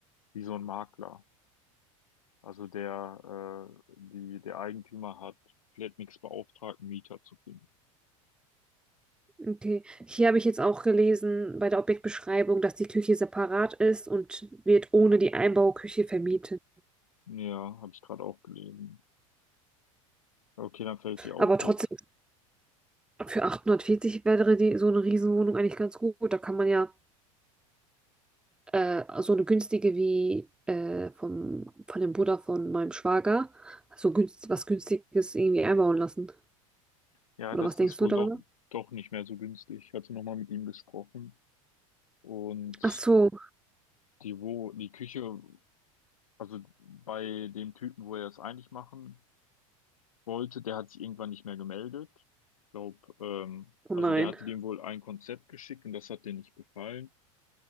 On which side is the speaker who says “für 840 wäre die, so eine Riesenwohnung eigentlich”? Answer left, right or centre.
Centre